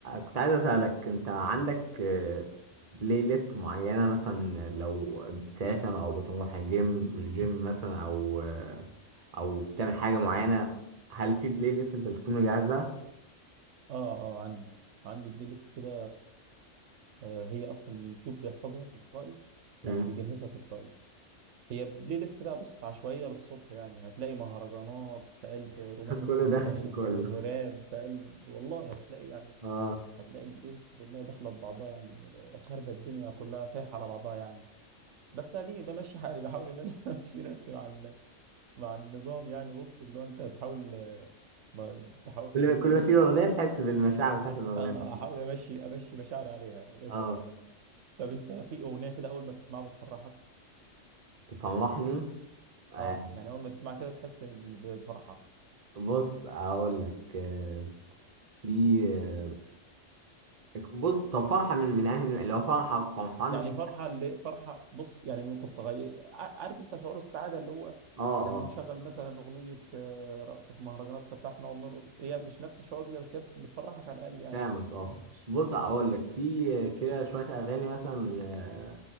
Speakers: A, on the right; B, on the right.
A: كنت عايز اسالك انت عندك آه، بلاي ليست معينه مثلا لو بتسافر او بتروح الجيم الجيم مثلا او آه، او بتعمل حاجه معينه هل في بلاي ليست انت بتكون مجهزها
B: اه اه عندي عندي بلاي ليست كده آه هي اصلا اليوتيوب بيحفظها تلقائي
A: مم.
B: يعني بيجهزها تلقائي هي بلاي ليست بقى بص عشوائيه للصبح يعني هتلاقي مهرجانات في قلب رومانسي
A: <laughs> كله داخل
B: في قلب
A: في كله
B: راب في قلب والله هتلاقي يعني
A: اه
B: هتلاقي البلاylist كلها داخله في بعضها يعني خاربه الدنيا كلها سايحه على بعضها يعني بس اديني بمشي حالي بحاول ان انا <laughs> امشي نفسي مع ال- مع النظام يعني بص اللي هو انت بتحاول ب- بحاول
A: كل
B: ان
A: ما كل
B: ايه
A: ما تيجي اغنيه تحس بالمشاعر بتاعت الاغنيه
B: اه
A: دي.
B: احاول امشي امشي مشاعري عليها بس
A: اه
B: طب انت في اغنيه كده اول ما بتسمعها بتفرحك
A: تفرحني آه،
B: اه يعني اول ما تسمعها كده تحس ب- بفرحه
A: بص اقول لك آه، في آه، بص طب فرحه من من اهل لو فرحه فرحان
B: يعني
A: مش
B: فرحه اللي فرحه بص يعني ممكن تغير ع- عارف انت شعور السعاده اللي هو
A: اه
B: لما
A: اه
B: نشغل مثلا اغنيه آه، رقص في مهرجانات فبتاع فنقعد نرقص هي مش نفس الشعور ده بس هي بتفرحك على الاقل يعني
A: فاهمك اه بص اقول لك في آه، كده شويه اغاني مثلا آه،